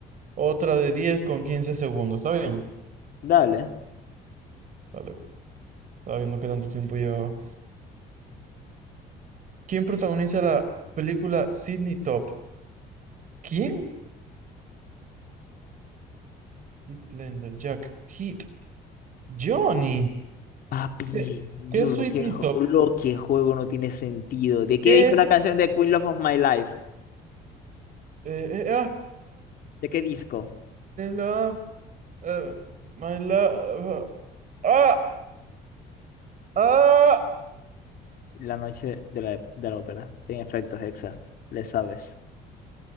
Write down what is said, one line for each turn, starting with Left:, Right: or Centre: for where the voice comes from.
Right: otra de 10 con 15 segundos. ¿Está bien?
Left: Dale.
Right: vale estaba viendo qué tanto tiempo llevaba. ¿Quién protagoniza la película Sidney Top? ¿Quién? Heath Jack, Heat, Johnny.
Left: Papi,
Right: ¿Qué, qué
Left: yo
Right: es
Left: lo
Right: Sidney
Left: que, jo-
Right: Top?
Left: lo que juego no tiene sentido. ¿De qué
Right: ¿Qué
Left: disco
Right: es?
Left: la canción de Queen Love of My Life?
Right: Eh, eh, ah,
Left: ¿De qué disco?
Right: ah, Uh, my love. Ah, ah.
Left: La noche de la, de la ópera. En efecto, Hexa, le sabes.